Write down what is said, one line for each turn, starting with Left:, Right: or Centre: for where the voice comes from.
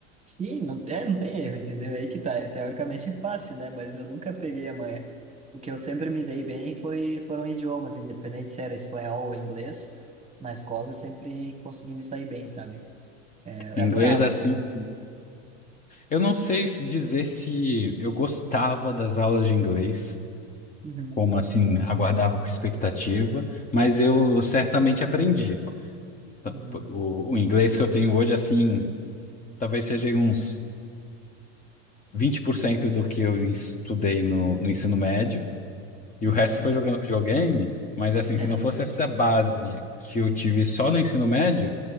Right: Sim, não, é, não tem erro, entendeu? É Aí que tá. Teoricamente é fácil, né? Mas eu nunca peguei a manha. O que eu sempre me dei bem foi, foram idiomas, independente se era espanhol ou inglês. Na escola eu sempre consegui me sair bem, sabe? É,
Left: Inglês,
Right: eu adorava,
Left: assim,
Right: assim.
Left: eu não sei se- dizer se eu gostava das aulas de inglês,
Right: Uhum,
Left: como assim, aguardava com expectativa, mas eu certamente aprendi. Tá,
Right: uhum,
Left: pô, O, o inglês que eu tenho hoje, assim, talvez seja uns 20% do que eu estudei no no ensino médio. E
Right: uhum.
Left: o resto foi jogando videogame, mas assim,
Right: <laughs>
Left: se não fosse essa base que eu tive só no ensino médio,